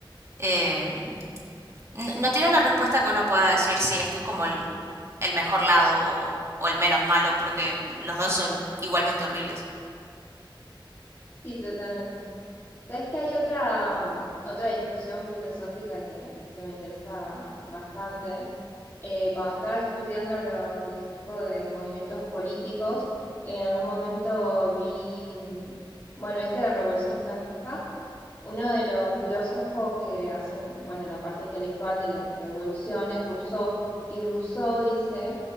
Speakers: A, on the right; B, on the left.
A: Eh, no, no tiene una respuesta que uno pueda decir, sí, este es como el, el mejor lado o, o el menos malo, porque los dos son igualmente horribles.
B: Sí, totalmente. Sabes que hay otra, mm, otra discusión filosófica que, que me interesa bastante. Eh, cuando estaba estudiando lo- los tipos de movimientos políticos, en algún momento vi, mm, bueno, ¿viste la Revolución Francesa? Uno de los filósofos que hacen, bueno, la parte intelectual de la revolución es Rousseau, y Rousseau dice